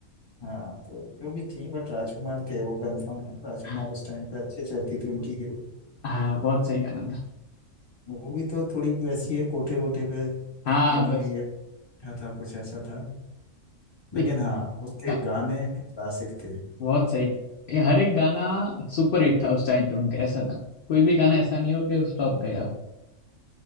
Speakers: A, on the left; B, on the left.
A: हाँ तो जो भी थी बट राजकुमार थे वो कंफर्म है राजकुमार
B: हाँ
A: उस टाइम पे अच्छे चलती थी उनकी हीरो
B: हाँ, बहुत सही गाना था
A: मूवी तो थोड़ी वैसी है कोठे वोठे पे
B: हाँ
A: बनी
B: बस
A: हुई है था, था कुछ ऐसा था लेकिन
B: लेकिन
A: हाँ उसके
B: गा-
A: गाने क्लासिक थे
B: बहुत सही ये हर एक गाना सुपर हिट था उस टाइम पे उनका ऐसा था कोई भी गाना ऐसा नहीं हो कि फ्लॉप गया हो